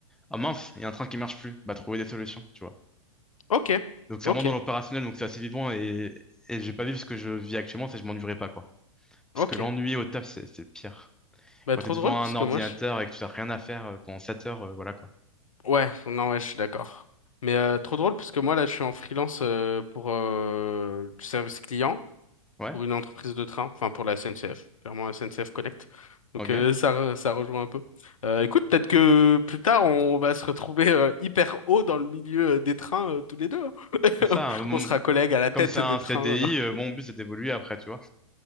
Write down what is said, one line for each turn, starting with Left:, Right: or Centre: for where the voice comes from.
Centre: Ah mince, il y a un train qui marche plus. Bah, trouver des solutions, tu vois.
Left: Ok.
Centre: Donc, c'est
Left: Ok.
Centre: vraiment dans l'opérationnel, donc c'est assez vivant et, et j'ai pas vu ce que je vis actuellement, c'est que je m'ennuierai pas, quoi. Parce
Left: Ok.
Centre: que l'ennui au taf, c'est c'est pire.
Left: Bah
Centre: Quand
Left: trop
Centre: tu es devant
Left: drôle parce
Centre: un ordinateur
Left: que moi, je
Centre: et que tu n'as rien à faire euh, pendant 7 heures, euh, voilà quoi.
Left: Ouais, non, ouais, je suis d'accord. Mais euh, trop drôle parce que moi là, je suis en freelance euh, pour euh, du service client
Centre: Ouais,
Left: pour une entreprise de train, enfin pour la SNCF, clairement SNCF Connect. Donc
Centre: ok.
Left: euh, <laughs> ça, re- ça rejoint un peu. Euh, écoute, peut-être que plus tard on va se retrouver euh, hyper haut dans le milieu euh, des trains euh, tous les deux. hein.
Centre: C'est ça.
Left: <laughs>
Centre: euh, mon-
Left: On sera collègues à la tête
Centre: Comme c'est un
Left: des trains.
Centre: CDI, euh,
Left: euh.
Centre: mon but c'est d'évoluer après, tu vois.